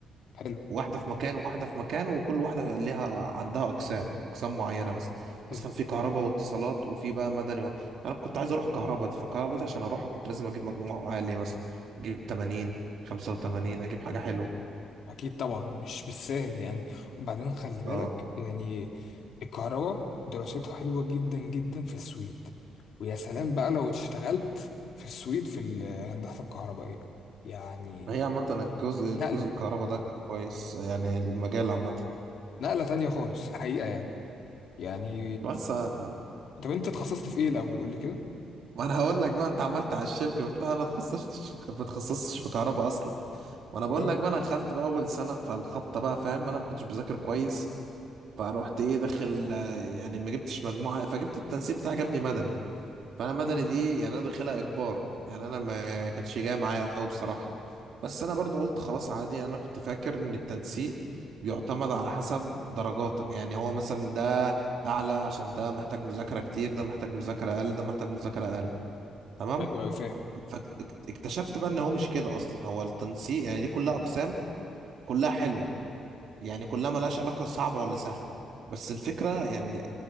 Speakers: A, on the left; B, on the right.
A: حلو
B: واحدة في مكان وواحدة في مكان وكل واحدة ليها عندها أقسام أقسام معينة مثلا
A: حلو
B: مثلا في كهرباء واتصالات وفي بقى مدني و... أنا كنت عايز أروح كهرباء دي فكهرباء دي عشان أروحها كنت لازم أجيب مجموع عالي مثلا أجيب 80 85 أجيب حاجة حلوة
A: اكيد طبعا مش بالسهل يعني وبعدين خلي بالك
B: أه
A: يعني الكهرباء دراستها حلوة جدا جدا في السويد ويا سلام بقى لو اشتغلت في السويد في الهندسة الكهربائية يعني
B: هي عامة الجزء الجزء
A: نقلة
B: الكهرباء ده كان كويس يعني المجال عامة
A: نقلة تانية خالص الحقيقة يعني يعني
B: بس آه،
A: طب انت اتخصصت في ايه الاول قول لي كده
B: ما أنا هقول لك بقى أنت عمال تعشمني وبتاع أنا اتخصصتش في- ما اتخصصتش في كهرباء أصلا ما أنا بقول
A: اه
B: لك بقى أنا دخلت بقى أول سنة فالخبطة بقى فاهم أنا ما كنتش بذاكر كويس فروحت ايه داخل آه، يعني ما جبتش مجموعة فجبت التنسيق بتاعي جابني مدني فانا مدني
A: مم.
B: دي يعني انا داخلها اجبار يعني انا ما كانتش جايه معايا قوي بصراحة بس انا برضه قلت خلاص عادي يعني انا كنت فاكر ان التنسيق بيعتمد على حسب درجاتك يعني هو مثلا ده اعلى عشان ده محتاج مذاكرة كتير ده محتاج مذاكرة اقل ده محتاج مذاكرة اقل تمام
A: ايوه ايوه فاهم
B: فاكتشفت بقى ان هو مش كده اصلا هو التنسيق يعني دي كلها اقسام كلها حلوة يعني كلها ملهاش علاقة صعبة ولا سهلة بس الفكرة يعني